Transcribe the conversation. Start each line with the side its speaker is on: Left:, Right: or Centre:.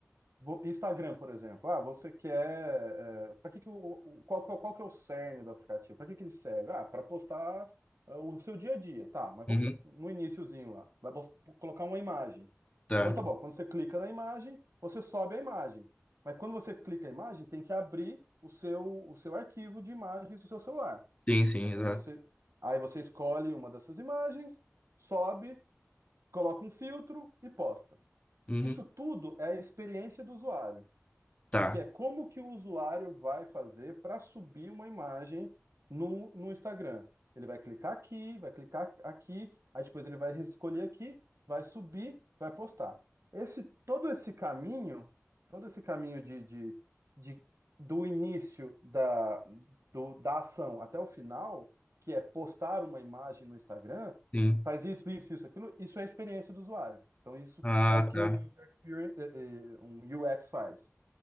Right: vo- Instagram, por exemplo, ah, você quer, para que que o, o- qual, que é o- qual que é o cerne do aplicativo? Para que que ele serve? Ah, para postar ah, o seu dia a dia, tá? Mas
Left: Uhum.
Right: vamos no iniciozinho lá, vai bos- colocar uma imagem.
Left: Tá.
Right: Então tá bom, quando você clica na imagem, você sobe a imagem. Mas quando você clica a imagem, tem que abrir o seu, o seu arquivo de imagens do seu celular.
Left: Sim, sim,
Right: Aí
Left: exato.
Right: quando você, aí você escolhe uma dessas imagens, sobe, coloca um filtro e posta.
Left: Uhum.
Right: Isso tudo é a experiência do usuário.
Left: Tá.
Right: Porque é como que o usuário vai fazer para subir uma imagem no, no Instagram. Ele vai clicar aqui, vai clicar aqui, aí depois ele vai escolher aqui, vai subir, vai postar. Esse, todo esse caminho, todo esse caminho de, de, de- do início da, do- da ação até o final, que é postar uma imagem no Instagram,
Left: Sim.
Right: faz isso, isso, isso, aquilo, isso é a experiência do usuário. Então, isso
Left: Ah,
Right: é o que
Left: tá.
Right: um user experience, eh, eh, um UX faz.